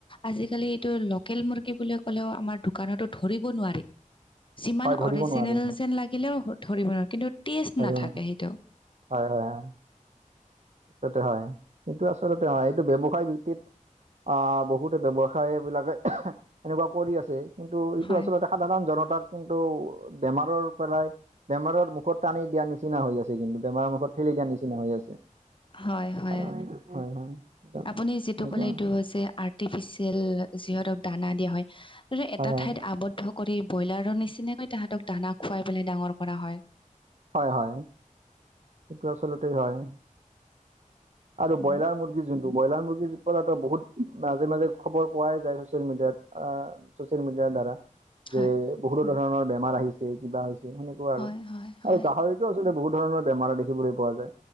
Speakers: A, on the left; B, on the right.
A: আজিকালি এইটো লোকেল মুৰ্গী বুলি ক'লেও আমাৰ দোকানতো ধৰিব নোৱাৰি। যিমান
B: হয় ধৰিব
A: অৰিজিনেল
B: নোৱাৰি
A: যেন লাগিলেও ধৰিব নোৱাৰো কিন্তু টেষ্ট
B: হয়-হয়-হয়-হয়।
A: নাথাকে সেইটো
B: আচলতে হয় এইটো আচলতে হয় এইটো ব্যৱসায় ভিত্তিত আহ, বহুতে ব্যৱসায় এইবিলাকে এনেকুৱা কৰি আছে কিন্তু এইটো
A: হয়
B: আচলতে সাধাৰণ জনতাক কিন্তু বেমাৰৰ পৰাই বেমাৰৰ মুখত টানি দিয়া নিচিনা হৈ আছে কিন্তু বেমাৰৰ মুখত ঠেলি দিয়াৰ নিচিনা হৈ আছে।
A: হয়-হয়
B: কাৰণ হয় হয় এনেকুৱা
A: আপুনি যিটো কলে এইটো যে আৰ্টিফিচিয়েল। যিহতক দানা দিয়া হয় এটা
B: হয় হয়
A: ঠাইত আৱদ্ধ ভকৰি ব্ৰইলাৰৰ নিচিনাকৈ তাহাতক দানা খুৱাই পেলাই ডাঙৰ কৰা হয়।
B: হয় - হয়। সেইটো আচলতে হয় আৰু ব্ৰইলাৰ
A: উম
B: মুৰ্গী যোনতো ব্ৰইলাৰ মুৰ্গী পিছপৰাতো বহুত মাজে মাজে খবৰ পোৱাই যায় ছচিয়েল মিডিয়াত - ছচিয়েল মিডিয়াৰ দ্বাৰা। যে
A: হয়
B: বহুতো ধৰণৰ বেমাৰ আহিছে কিবা হৈছে সেনেকুৱা আৰু
A: হয় হয়
B: -
A: হয়
B: আৰু গাহৰিত এইটো আচলতে বহু ধৰণৰ বেমাৰ দেখিবলৈ পোৱা যায়।